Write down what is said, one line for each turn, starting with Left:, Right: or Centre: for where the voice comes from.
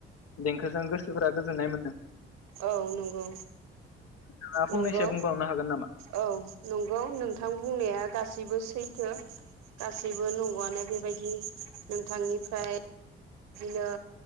Left: देंखोजों गोसोफोरा गोजोननाय मोनदों।
Right: औ नंगौ।
Left: नोंथाङा फंनैसो
Right: नंगौ
Left: बुंबावनो हागोन नामा?
Right: औ नंगौ नोंथां बुंनाया गासै गासैसिबो सैथो गासैबो नंगौआनो बे बेबायदि नोंथांनिफ्राय बिदिनो